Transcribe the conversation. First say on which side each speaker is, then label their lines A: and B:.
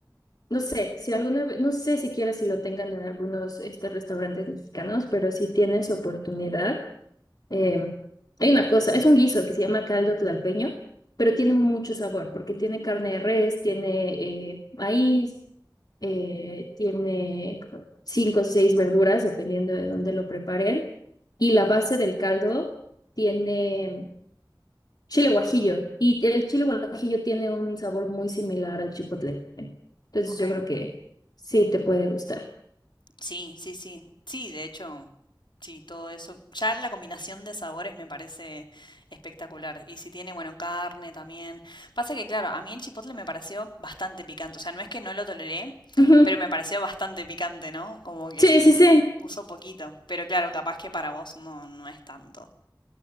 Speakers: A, on the left; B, on the left.
A: no sé, si alguna vez, no sé siquiera si lo tengan en algunos este, restaurantes mexicanos, pero si tienes oportunidad. Eh, hay una cosa, es un guiso que se llama caldo tlalpeño, pero tiene mucho sabor porque tiene carne de res, tiene eh, maíz, eh, tiene cinco o seis verduras, dependiendo de dónde lo preparen. Y la base del caldo tiene chile guajillo. Y el chile guajillo tiene un sabor muy similar al chipotle. Entonces
B: Ok.
A: yo creo que sí te puede gustar.
B: Sí, sí, sí. Sí, de hecho, sí, todo eso. Ya la combinación de sabores me parece espectacular. Y si tiene, bueno, carne también. Pasa que, claro, a mí el chipotle me pareció bastante picante. O sea, no es que no lo toleré,
A: Ujú.
B: pero me pareció bastante picante, ¿no? Como que
A: Sí, sí, sí.
B: uso poquito. Pero claro, capaz que para vos no, no es tanto.